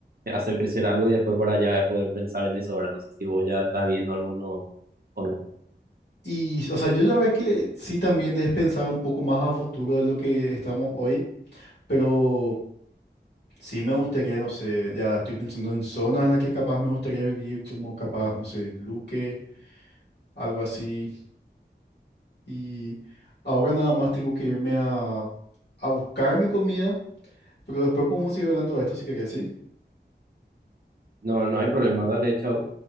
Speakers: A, on the right; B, on the left.
A: hacer crecer algo y después para ya poder pensar en eso. Ahora no sé si vos ya estás viendo alguno o no.
B: Y, o sea, yo ya ve que sí también debes pensar un poco más a futuro de lo que estamos hoy, pero sí me gustaría, no sé, ya estoy pensando en zonas en las que capaz me gustaría vivir, como capaz, no sé, Luque, algo así. Y ahora nada más tengo que irme a, a buscar mi comida, pero después podemos seguir hablando de esto si querés, ¿sí?
A: No, no hay problema. Dale, chao.